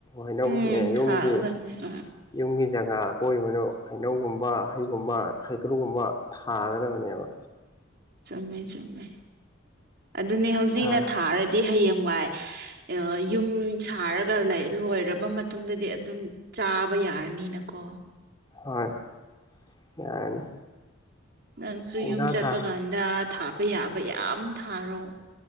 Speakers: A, on the left; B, on the right.
A: ꯍꯩꯅꯧꯒꯤ
B: ꯎꯝ
A: ꯌꯨꯝꯒꯤ
B: ꯊꯥꯒꯗꯕꯅꯤ ꯍꯣꯏ
A: ꯌꯨꯝꯒꯤ ꯖꯒꯥ ꯑꯀꯣꯏꯕꯗꯣ ꯍꯩꯅꯧꯒꯨꯝꯕ ꯍꯩꯒꯨꯝꯕ ꯍꯩꯀ꯭ꯔꯨꯒꯨꯝꯕ ꯊꯥꯒꯗꯕꯅꯦꯕ
B: ꯆꯨꯝꯃꯦ ꯆꯨꯝꯃꯦ ꯑꯗꯨꯅꯦ ꯍꯧꯖꯤꯛꯅ
A: ꯊꯥ
B: ꯊꯥꯔꯗꯤ ꯍꯌꯦꯡ ꯋꯥꯏ ꯑꯥ ꯌꯨꯝ ꯁꯥꯔꯒ ꯂꯩ ꯂꯣꯏꯔꯕ ꯃꯇꯨꯡꯗꯗꯤ ꯑꯗꯨꯝ ꯆꯥꯕ ꯌꯥꯔꯅꯤꯅꯀꯣ
A: ꯍꯣꯏ ꯌꯥꯔꯅꯤ
B: ꯅꯪꯁꯨ
A: ꯄꯨꯡꯊꯥ
B: ꯌꯨꯝ ꯆꯠꯄ
A: ꯊꯥ
B: ꯀꯥꯟꯗ ꯊꯥꯕ ꯌꯥꯕ ꯌꯥꯝ ꯊꯥꯔꯣ